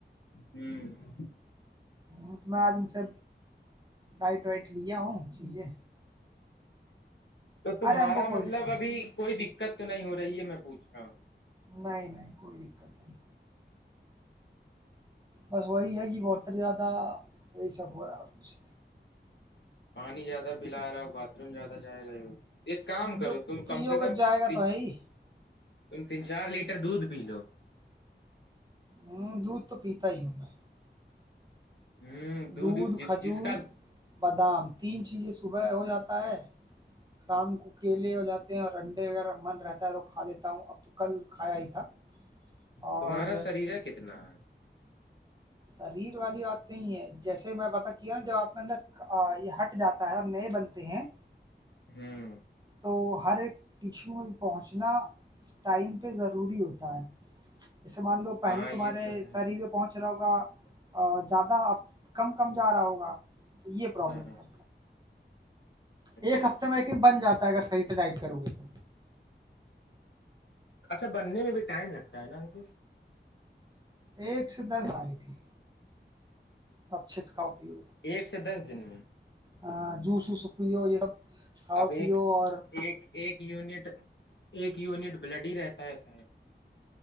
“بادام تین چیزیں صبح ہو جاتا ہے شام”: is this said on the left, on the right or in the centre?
Right